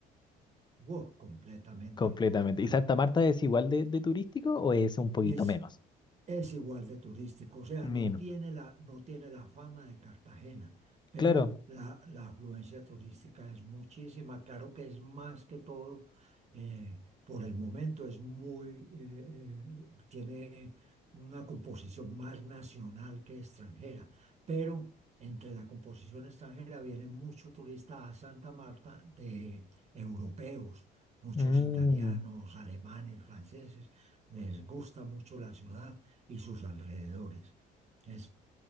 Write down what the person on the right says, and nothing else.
Wow, completamente.
Ay,
es
Es igual de turístico, o sea,
no tiene la, no tiene la fama de Cartagena, pero
la, la afluencia turística es muchísima. Claro que es más que todo, eh, por el momento es muy, eh, eh, tiene una composición más nacional que extranjera, pero entre la composición extranjera vienen muchos turistas a Santa Marta de europeos, muchos
italianos, alemanes, franceses, les gusta mucho la ciudad y sus alrededores. Es